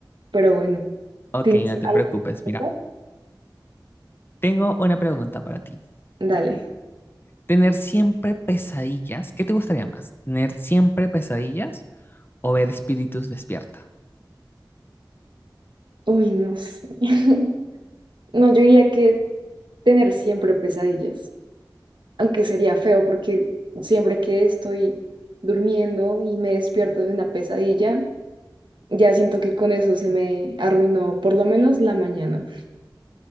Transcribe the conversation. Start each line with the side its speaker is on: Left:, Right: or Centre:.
Right: pero bueno,
Left: ok,
Right: ¿tienes
Left: no
Right: algo?
Left: te preocupes,
Right: que
Left: mira,
Right: comentar?
Left: tengo una pregunta para ti.
Right: Dale.
Left: ¿Tener siempre pesadillas? ¿Qué te gustaría más? ¿Tener siempre pesadillas o ver espíritus despierta?
Right: Uy, no sé. <laughs> No, yo diría que tener siempre pesadillas, aunque sería feo porque siempre que estoy durmiendo y me despierto de una pesadilla, ya siento que con eso se me arruinó por lo menos la mañana.